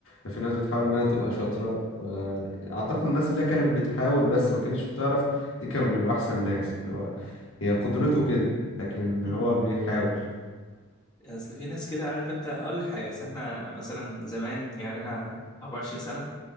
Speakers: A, on the left; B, on the left.
A: وفي ناس بتحاول انها تبقى شاطره فاعتقد الناس اللي هي كانت بتحاول بس ما كانتش بتعرف دي كانوا بيبقوا احسن ناس اللي هو هي قدرته كده لكن
B: م-م.
A: هو بيحاول
B: اصل في ناس كده عارف انت هقول لك حاجه اصل احنا مثلا زمان يعني انا 24 سنه